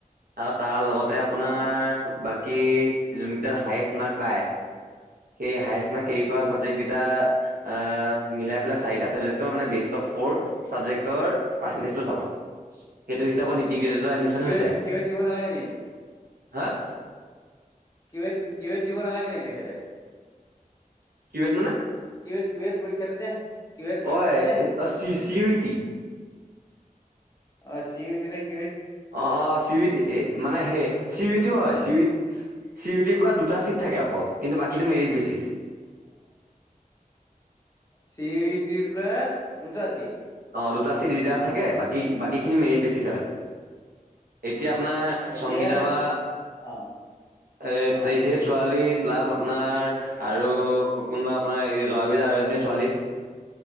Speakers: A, on the right (about 80°); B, on the left (about 20°).
A: আৰু তাৰ লগতে আপোনাৰ
B: অ
A: ব কি যোনকেইটাত হায়ষ্ট মাৰ্ক পায় সেই হায়ষ্ট
B: অ
A: মাৰ্ক কেৰি কৰা। চাবজেক্টকেইটা আ মিলাই পেলাই চাৰিটা চাবজেক্টৰ মানে বে ফ'ৰ চাবেক্টৰ পাৰ্চেণ্টেজটো চাব। সেইটো হিচাপত ইণ্টিগ্ৰেটেডত এডমিশচন
B: কিউৱেট
A: হৈ যায়
B: কিউৱেট দিব নালাগে নি
A: হয়
B: কিৱ কিৱেত দিব নালাগে তেখেতে
A: কিৱেত মানে?
B: কিৱেত কিৱেত পৰীক্ষাটো যে কিৱেত পৰীক্ষাটো
A: অ
B: যে।
A: C C U E T
B: অ চি ইউ তি নে কিৱিত।
A: অ', অ', চি ইউ এ তি এই মানে সেই চি ইউ এ তি টো হয় চি চি ইউ টিৰ পৰা দুটা চিট থাকে অকল কিন্তু বাকীটো merit basis. <inaudible>
B: C U E টিৰ পৰা দুটা চিট
A: অ', দুটা ছিট ৰিজাৰ্ভ থাকে বাকী বাকীখিনি মেৰিট বেচিছ হয় এতিয়া আপোনাৰ
B: এতিয়া
A: সংগীতা বা
B: অ
A: এ
B: অ
A: সেই ছোৱালী প্লাছ আপোনাৰ আৰু কোনোবা আপোনাৰ এই জোৱাবি আ এজনী ছোৱালী